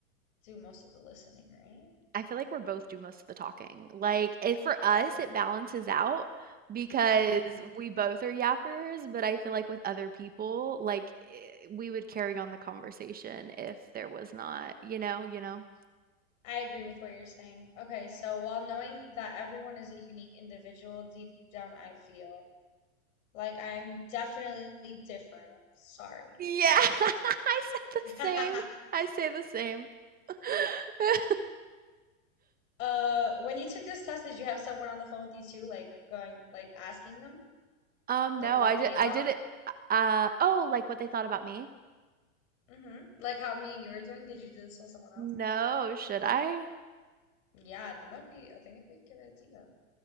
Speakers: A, on the left; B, on the right.
A: do most of the listening,
B: I feel like we're both do most of the talking. Like, it for us, it balances out because
A: right? Mm-hmm.
B: we both are yappers, but I feel like with other people, like eh, we would carry on the conversation if there was not, you know, you know.
A: I agree with what you're saying. Okay, so while knowing that everyone is a unique individual, deep down I feel like I'm definitely different. Sorry.
B: Yeah, <laughs> I said the
A: <laughs>
B: same. I say the same. <laughs>
A: Uh, when you took this test, did you have someone on the phone with you too, like going, like asking them,
B: Um,
A: like
B: no,
A: what
B: I did
A: they
B: I
A: thought?
B: did it uh oh, like what they thought about me?
A: Mm-hmm. Like how me and you were doing? Did you do this with someone else?
B: No, should I?
A: Yeah, I think that'd be, I think it'd be a good idea.